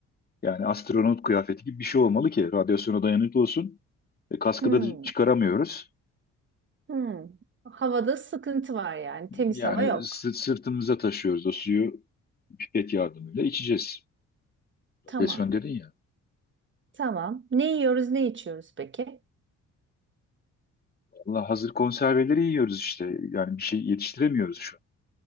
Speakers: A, on the left (about 30°); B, on the right (about 40°).
A: Yani astronot kıyafeti gibi bir şey olmalı ki radyasyona dayanıklı olsun. E, kaskı
B: Hmm,
A: da çıkaramıyoruz.
B: hmm. Havada sıkıntı var yani. Temiz
A: Yani
B: hava yok.
A: sı- sırtımıza taşıyoruz o suyu pipet yardımıyla içeceğiz. Radyasyon
B: Tamam.
A: dedin ya.
B: Tamam. Ne yiyoruz, ne içiyoruz peki?
A: Vallahi hazır konserveleri yiyoruz işte. Yani bir şey yetiştiremiyoruz şu an.